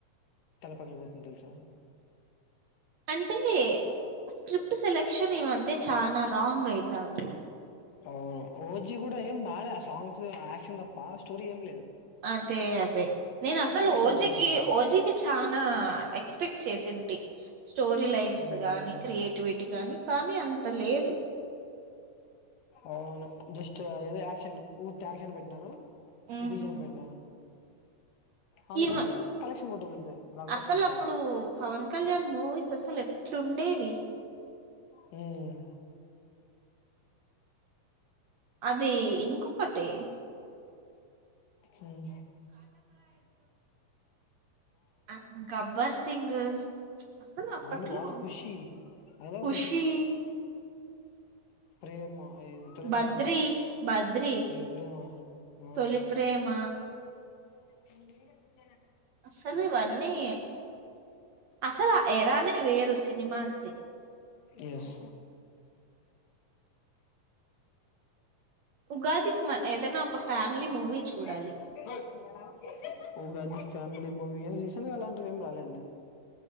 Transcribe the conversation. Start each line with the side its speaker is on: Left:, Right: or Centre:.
Left: తల పగిలిపోతుంది తెలుసా <inaudible>
Right: అంటే స్క్రిప్ట్ సెలె క్షన్ ఈ మధ్య చాల రాంగ్ అయితాంది
Left: అవును ఓజీ కూడా ఏం బాగాలే ఆ సాంగ్స్ యాక్షన్ తప్ప స్టోరీ ఏం లేదు
Right: అదే అదే నేను
Left: కానీ
Right: అసలు
Left: కలెక్షన్
Right: ఓజీకి
Left: కొట్టేసింది
Right: ఓజీకి చానా ఎక్స్పెక్ట్ చేసిం టి స్టోరీ లైన్స్
Left: మ్మ్
Right: గానీ క్రియేటివిటీ గాని కానీ అంత లేదు
Left: అవును జస్ట్ ఏదో యాక్షన్ ఊర్తి యాక్షన్ పెట్టినారు
Right: ఉమ్
Left: బీజియం పెట్టినారు అందుకోసం
Right: ఈమ
Left: కలెక్షన్ కొట్టింది అంతే బ్లాక్ బస్టింగ్
Right: అసలు అప్పుడు
Left: కాదు
Right: పవన్ కళ్యాణ్ మూవీస్ అసలు ఎట్లుండేవి
Left: హూమ్
Right: అది ఇంకొకటి
Left: హుమ్
Right: అ గబ్బర్ సింగ్ అసలు అప్పట్లో
Left: అవన్నీ బాగున్నాయి ఖుషి ఐ లవ్
Right: ఖుషి
Left: ప్రేమ హామ్ తొలి
Right: బద్రి
Left: ప్రేమ
Right: బద్రి
Left: తొలి ప్రేమ ఆ
Right: తొలి ప్రేమ
Left: <unintelligible>
Right: అసలివన్నీ అసలు ఆ ఎరానే వేరు సినిమాలది
Left: ఎస్
Right: ఉగాదికి మ ఏదైనా ఒక ఫ్యామిలీ
Left: <unintelligible>
Right: మూవీ చూడాలి
Left: ఉగాది ఫ్యామిలీ మూవీయా రీసెంట్ గా అలాంటివేమి రాలేదులే